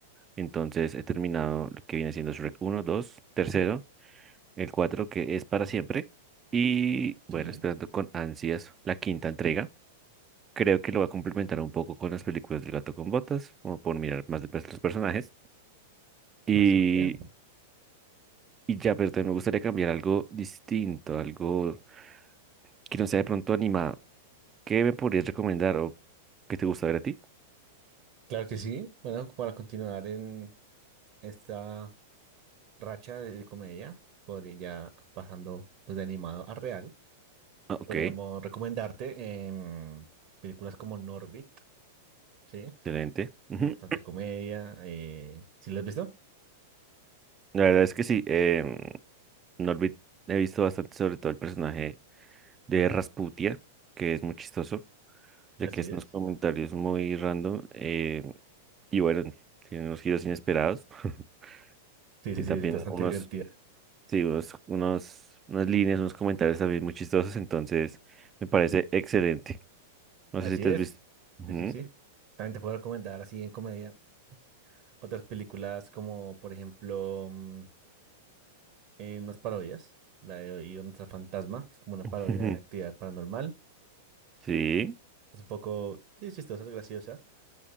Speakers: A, on the right; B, on the right.
A: Entonces, he terminado lo que viene siendo Shrek uno dos tercero. el 4 que es para siempre. Y bueno,
B: Sí,
A: esperando con ansias la quinta entrega. Creo que lo va a complementar un poco con las películas del Gato con Botas, como por mirar más de perto los personajes.
B: me
A: Y,
B: parece muy bien.
A: y ya, pero también me gustaría cambiar algo distinto, algo que no sea de pronto animado. ¿Qué me podrías recomendar o qué te gusta ver a ti?
B: Claro que sí. Bueno, para continuar en esta racha de, de comedia, podría ya pasando pues de animado a real,
A: Ah, ok,
B: podríamos recomendarte em, películas como Norbit, ¿sí?
A: excelente. Ujú.
B: Bastante comedia. Eh, ¿sí la has visto?
A: La verdad es que sí, em, no olvid- he visto bastante sobre todo el personaje de Rasputia, que es muy chistoso.
B: Así
A: ya que es
B: es.
A: unos comentarios muy random eh, y bueno, tiene unos giros inesperados <laughs>
B: Sí, sí,
A: y
B: sí,
A: también
B: es bastante
A: unos,
B: divertida.
A: sí, unos, unos, unas líneas, unos comentarios también muy chistosos, entonces me parece excelente. No
B: Así
A: sé si te
B: es.
A: has visto. Ujú.
B: Sí, sí, sí. También te puedo recomendar así en comedia. Otras películas como, por ejemplo, mm, eh, unas parodias, la de Y dónde está el fantasma, que es como una
A: <laughs>
B: parodia de actividad paranormal.
A: Sí,
B: Es un poco, sí, es chistosa, es graciosa.